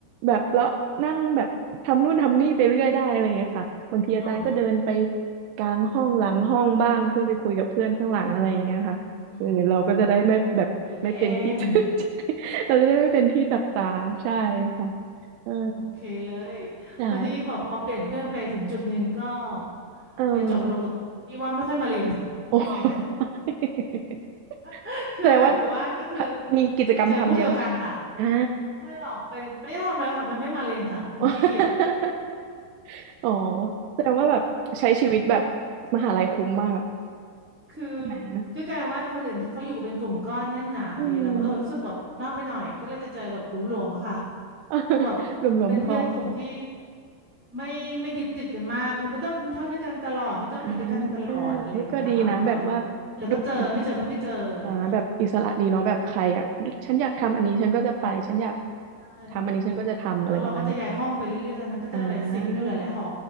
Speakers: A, on the right; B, in the centre.
A: แบบแล้วนั่งแบบทำนู่นทำนี่ไปเรื่อยได้อะไรอย่างเงี้ยค่ะบางทีอาจารย์ก็เดินไป
B: อ๋อ
A: กลางห้องหลังห้องบ้างเพื่อไปคุยกับเพื่อนข้างหลังอะไรอย่างเงี้ยค่ะเออเราก็จะได้ไม่แบบ
B: อืมอย่างนี้นี่เอง
A: <laughs> ไม่เป็นที่ <laughs> จับใจเราจะได้ไม่เป็นที่จับตาใช่ค่ะเออ
B: โอเคเลย
A: ใช่
B: คนนี้บอกพอเปลี่ยนเพื่อนไปถึงจุดหนึ่งก็
A: เออ
B: ไปจบลงกับกลุ่มที่ว่าไม่ค่อยมาเรียน
A: <laughs>
B: <laughs>
A: โอ้
B: ยังไงนะ
A: <laughs>
B: <laughs> คือเหมือนกับว่าก็คือ
A: แสดงว่ามีกิจกรรมทำเยอะ
B: ไปเจอพวกเดียวกันค่ะ
A: อ่า
B: ไม่หรอกไปไม่ได้ทำเลยค่ะมันไม่มาเรียนค่ะมันขี้เกียจ
A: <laughs> อ๋อแสดงว่าแบบใช้ชีวิตแบบ
B: คือ
A: มหาลัยคุ้มมาก
B: คือ
A: ใช่ไหม
B: ก็กลายว่าคนอื่นที่เขาอยู่กันเป็นกลุ่มก้อนแน่นหนาดีเราก็เออรู้สึกแบบมากไปหน่อยก็เลยจะเจอแบบหลวมๆอะค่ะ
A: อืม <laughs>
B: คือแบบ
A: รวมๆพอ
B: เป็นเพื่อนกลุ่มที่ไม่ไม่ยึดติดกันมากคือไม่ต้องกินข้าวด้วยกันตลอดไม่ต้องอยู่ด้วยกันตลอดอะไรอย่างเงี้ยค่ะก็เออ
A: อ่าอุ๊ยก็ดีนะแบบว่า
B: เจอก็เจอไม่เจอก็ไม่เจออะไรอย่างเงี้ย
A: ดูแบบอ่าแบบอิสระดีเนาะแบบใครอ่ะฉันอยากทำอันนี้ฉันก็จะไปฉันอยาก
B: ใช่
A: ทำอันนี้ฉันก็จะทำอะไรประมาณนี้เนาะ
B: เพราะเราก็จะย้ายห้องไปเรื่อยๆนั้นๆก็จะไปสิงอยู่หลายๆหอ
A: อ่า